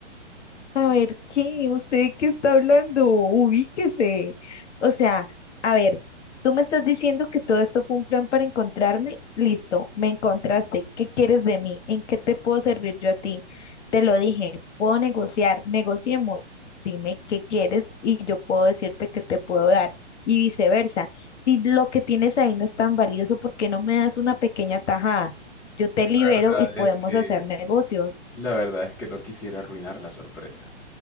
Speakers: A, on the left (about 70°); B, in the centre.
A: A ver, ¿qué? ¿Usted qué está hablando? Ubíquese. O sea, a ver, tú me estás diciendo que todo esto fue un plan para encontrarme. Listo, me encontraste. ¿Qué quieres de mí? ¿En qué te puedo servir yo a ti? Te lo dije, puedo negociar, negociemos. Dime qué quieres y yo puedo decirte qué te puedo dar y viceversa. Si lo que tienes ahí no es tan valioso, ¿por qué no me das una pequeña tajada? Yo te libero
B: La verdad
A: y podemos
B: es que,
A: hacer negocios.
B: la verdad es que no quisiera arruinar la sorpresa.